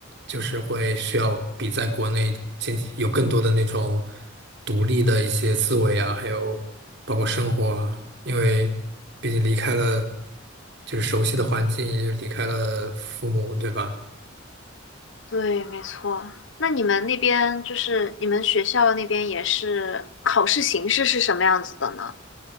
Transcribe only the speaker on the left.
对，没错。那你们那边就是你们学校那边也是考试形式是什么样子的呢？